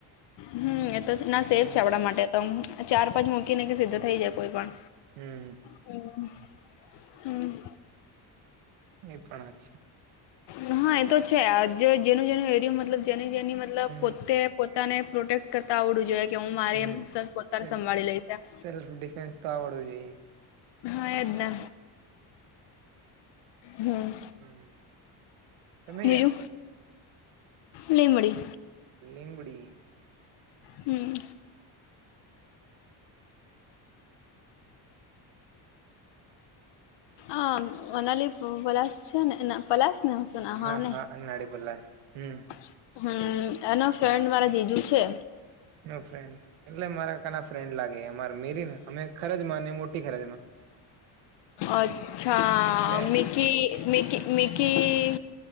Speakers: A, on the left (about 60°); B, on the right (about 80°).
A: હમ એતો ના સેફ
B: હમ
A: છે આપડા માટે તમ ચાર પાંચ મૂકીને કે સીધો થઈ જાય કોઈ પણ
B: હમ.
A: હમ હમ.
B: એ પણ છે.
A: હા એ તો છે આ જે જેનું જેનું એરિયો મતલબ જેની જેની મતલબ
B: હમ
A: પોતે પોતાને પ્રોટેક્ટ કરતા આવડું જોઈએ કે હું મારે
B: હમ
A: પોતાને
B: સેલ્ફ
A: સંભાળી લઈશ એમ.
B: સેલ્ફ ડિફેન્સ તો આવડવું જોઈએ
A: હા એજ ને હમ.
B: હા એજ તમે
A: બીજું
B: ગિયા
A: લીમડી.
B: નિમ્બડી
A: હમ. આ અનાલી પલાશ છે ને પલાશ ને હને
B: હા
A: ને
B: હા અનાળી પલાસ હમ
A: <inaudible> હમ એનો ફ્રેન્ડ મારા જીજુ છે.
B: નો ફ્રેન્ડ એટલે મારાકાના ફ્રેન્ડ લાગે અમારા મેરી અમે ખરજ માં ને મોટી ખરજમાં
A: અચ્છા
B: એટલે
A: મી કી મિકી મિકી